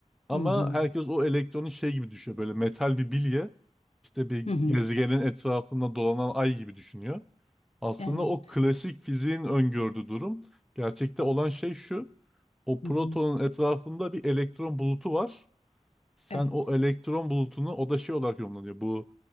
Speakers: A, in the centre; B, on the left.
A: Ama
B: Hı hı.
A: herkes o elektronu şey gibi düşünüyor. Böyle metal bir bilye işte bir
B: Hı hı.
A: gezegenin etrafında dolanan ay gibi düşünüyor. Aslında
B: Evet.
A: o klasik fiziğin öngördüğü durum. Gerçekte olan şey şu. O protonun
B: Hı hı.
A: etrafında bir elektron bulutu var. Sen
B: Evet.
A: o elektron bulutunu o da şey olarak yorumlanıyor. Bu